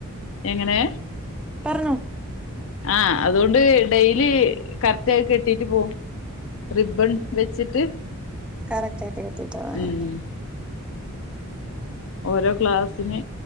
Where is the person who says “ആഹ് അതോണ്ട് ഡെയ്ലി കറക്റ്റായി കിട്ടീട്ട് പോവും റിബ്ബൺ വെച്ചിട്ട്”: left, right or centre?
Left